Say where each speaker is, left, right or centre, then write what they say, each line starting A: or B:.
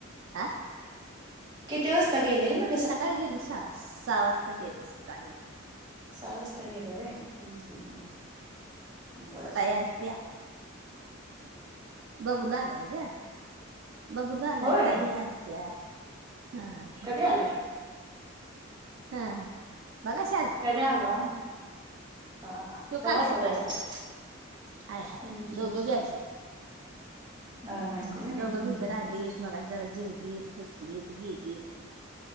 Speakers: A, on the right; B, on the right.
A: हा
B: किती वाजता गेले म्ह
A: सकाळी गेले सहा सहा वाजता गेले सकाळी
B: सहाजता गेलं व बर
A: लत्या बाबूला आला आहे ग बबूला आलाय
B: होय
A: ताई आलत्या हा
B: कधी आलाय
A: हा बघाश
B: कधी आला. हा हा
A: तो
B: बरा
A: काल
B: आहे
A: सकाळी
B: का बबलू
A: आला
B: हम्म,
A: या हाय हाय
B: हम्म,
A: दोघं
B: हम्म.
A: बी आलेत.
B: नवरा बायको
A: हम्म
B: व्हय
A: दोघं भि इकडं
B: हम्म,
A: आलीत
B: हम्म.
A: मगा जरा जेवलीत बसलीत गेलीत.